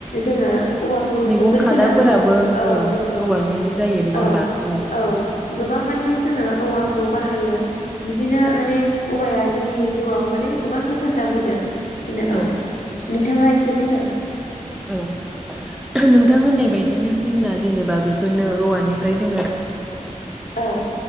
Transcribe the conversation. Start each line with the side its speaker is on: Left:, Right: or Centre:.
Left: जोङो औवाखौ
Centre: मैगं
Left: जोबोर
Centre: खादाफोराबो
Left: गोनां औ औ नंगौ
Centre: औवानिनो जायो नङा
Left: औ
Centre: होमबा ओं
Left: औ गोबां माने जोङो औवाखौ बाहायो। बिदिनो माने औवाया जोंनि जिउआव माने गोबां हेफाजाब होदो। बिनो
Centre: ओ
Left: ओं नों थाङा एसे बुंजागोन।
Centre: औ नोंथां होननाय बायदिनो जोंना जेनेबा बेफोरनो औवानिफ्राय जोङो
Left: औ